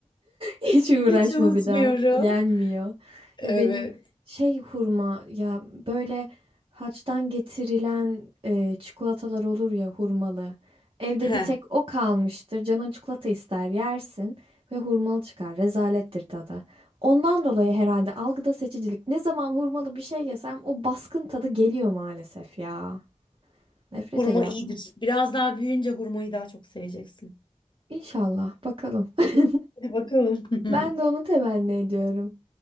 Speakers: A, on the right; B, on the left.
A: Hiç uğraşma
B: Hiç unutmuyorum.
A: bir daha. Yenmiyor.
B: Evet.
A: Ya benim şey hurma ya böyle haçtan getirilen e, çikolatalar olur ya hurmalı. Evde
B: He,
A: bir tek o kalmıştır. Canın çikolata ister yersin ve hurmalı çıkar. Rezalettir tadı. Ondan dolayı herhalde algıda seçicilik. Ne zaman hurmalı bir şey yesem o baskın tadı geliyor maalesef ya. Nefret
B: hurma
A: ediyorum.
B: iyidir. Biraz daha büyüyünce hurmayı daha çok seveceksin.
A: İnşallah bakalım. <laughs>
B: Hadi bakalım. <laughs>
A: Ben de onu temenni ediyorum.